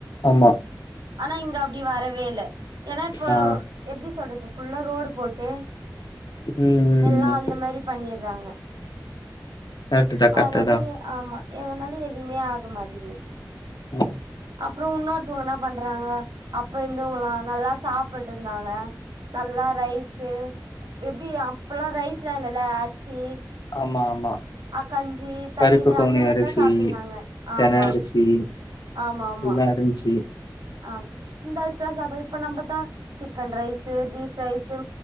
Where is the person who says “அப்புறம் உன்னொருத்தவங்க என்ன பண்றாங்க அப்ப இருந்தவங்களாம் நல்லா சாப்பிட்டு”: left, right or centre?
Right